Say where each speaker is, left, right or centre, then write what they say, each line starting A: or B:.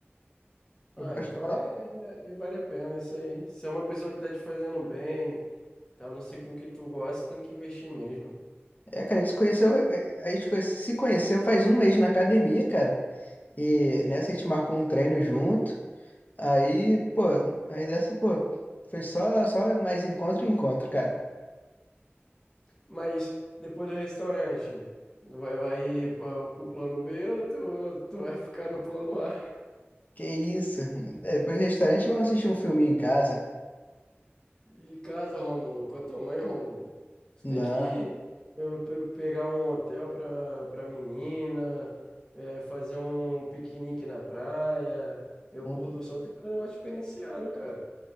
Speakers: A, on the left; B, on the left.
A: Ah,
B: Eu gosto
A: então
B: dela.
A: é, é- é- vale a pena isso aí. Se é uma pessoa que tá te fazendo bem, tá no ciclo que tu gosta, tem que investir mesmo.
B: É, cara, a gente se conheceu, a gente conhe- se conheceu faz um mês na academia, cara. E nessa a gente marcou um treino junto. Aí, pô, aí dessa, pô, foi só, só mais encontro e encontro, cara.
A: Mas depois do restaurante, vai, vai ir para o plano B ou tu, tu vai ficar no plano A?
B: Que isso? É, depois do restaurante vamos assistir um filminho em casa.
A: Em casa, Rômulo, com a tua mãe, Rômulo. Tu
B: Não,
A: tem que ir eu, pe- pegar um hotel para para menina, é, fazer um piquenique na praia. Eu,
B: um-
A: pôr do sol, tem que fazer um negócio diferenciado, cara.